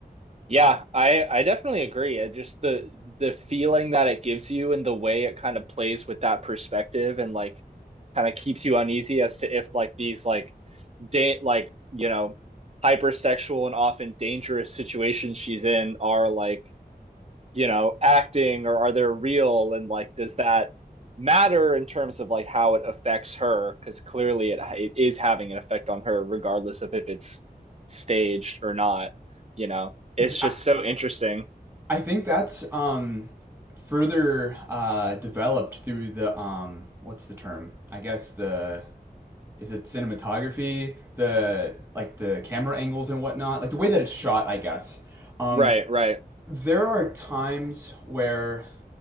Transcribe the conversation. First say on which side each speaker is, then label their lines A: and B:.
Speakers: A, on the right; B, on the right.
A: Yeah, I I definitely agree. Uh, just the the feeling that it gives you and the way it kind of plays with that perspective and like kind of keeps you uneasy as to if like these like date like, you know, hypersexual and often dangerous situations she's in are like you know, acting or are they real? And like, does that matter in terms of like how it affects her? Because clearly it, it is having an effect on her, regardless of if it's staged or not. You know, it's
B: I-
A: just so interesting.
B: I think that's um, further uh, developed through the um, what's the term? I guess the is it cinematography, the like the camera angles and whatnot, like the way that it's shot. I guess um,
A: Right, right.
B: there are times where